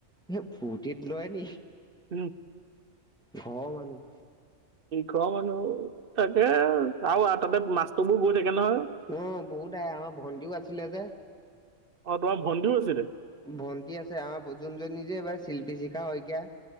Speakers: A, in the centre; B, on the right.
A: এ ফূৰ্তিত লয় নি
B: উম,
A: ঘৰৰ মানুহ
B: ঘৰৰ মানুহ তাকে আৰু তাতে মাছটোবোৰ গৈ থাকে নহয়।
A: অ বহুত আহে আমাৰ ভন্টিও আছিলে যে।
B: অ তোমাৰ ভণ্টিও আছিল দে।
A: ভন্টি আছে আমাৰ যোনজনী যে এইবাৰ শিল্পী শিখা শইকীয়া